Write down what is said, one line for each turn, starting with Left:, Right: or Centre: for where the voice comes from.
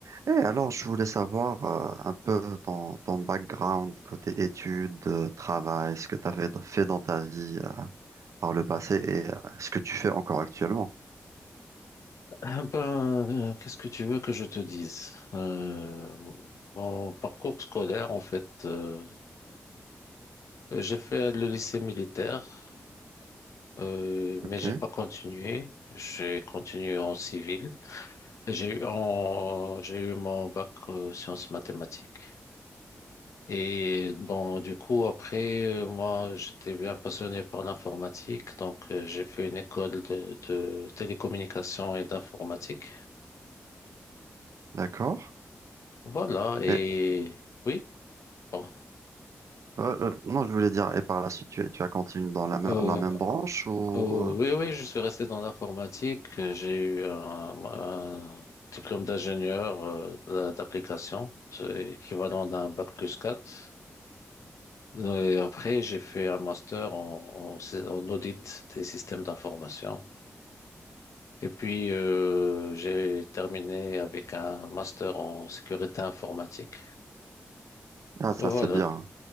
Right: Et alors, je voulais savoir euh, un peu ton, ton background côté études, euh, travail, ce que tu avais fait dans ta vie euh, par le passé et euh, ce que tu fais encore actuellement.
Left: Ah ben, euh, qu'est-ce que tu veux que je te dise? Euh, mon parcours scolaire, en fait, euh, j'ai fait le lycée militaire, euh,
Right: Ok,
Left: mais j'ai pas continué. J'ai continué en civil. J'ai eu, en- j'ai eu mon bac euh, sciences mathématiques. Et bon, du coup, après, euh, moi, j'étais bien passionné par l'informatique, donc euh, j'ai fait une école de, de télécommunications et d'informatique.
Right: d'accord.
Left: Voilà, et
Right: Et
Left: oui. bon.
Right: euh, euh, non, je voulais dire, et par la suite, tu, as tu as continué dans la, me-
Left: Euh,
Right: la même branche ou...
Left: euh,
Right: euh,
Left: oui, oui, je suis resté dans l'informatique. Euh, J'ai eu un, un diplôme d'ingénieur euh, d'a- d'application, c'est équivalent d'un bac plus 4. Et après, j'ai fait un master en, en, sy- en audit des systèmes d'information. Et puis, euh, j'ai terminé avec un master en sécurité informatique.
Right: Ah, ça,
Left: Voilà,
Right: c'est bien.